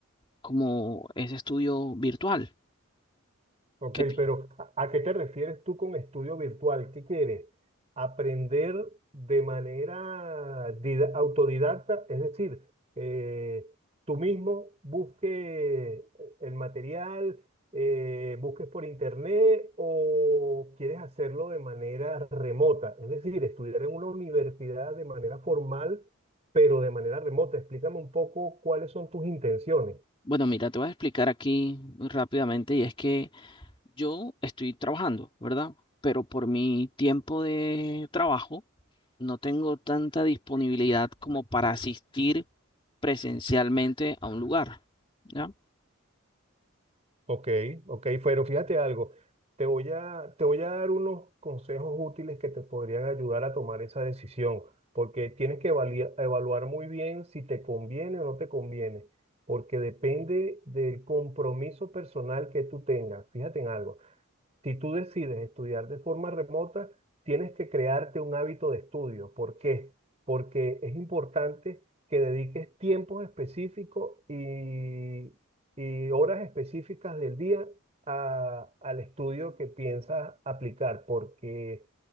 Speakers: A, on the left; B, on the right.
A: como ese estudio virtual.
B: Ok,
A: que pi-
B: pero ¿a a qué te refieres tú con estudio virtual? ¿Qué quieres? ¿Aprender de manera dida- autodidacta? Es decir, eh, tú mismo busques eh, el material, eh, busques por internet o quieres hacerlo de manera remota. Es decir, estudiar en una universidad de manera formal, pero de manera remota. Explícame un poco cuáles son tus intenciones.
A: bueno, mira, te voy a explicar aquí muy rápidamente y es que... yo estoy trabajando, ¿verdad? Pero por mi tiempo de trabajo no tengo tanta disponibilidad como para asistir presencialmente a un lugar, ¿ya?
B: Ok, ok, pero fíjate algo, te voy a, te voy a dar unos consejos útiles que te podrían ayudar a tomar esa decisión, porque tienes que evalia- evaluar muy bien si te conviene o no te conviene, porque depende del compromiso personal que tú tengas. Fíjate en algo. Si tú decides estudiar de forma remota, tienes que crearte un hábito de estudio. ¿Por qué? Porque es importante que dediques tiempos específicos y, y horas específicas del día a- al estudio que piensas aplicar, porque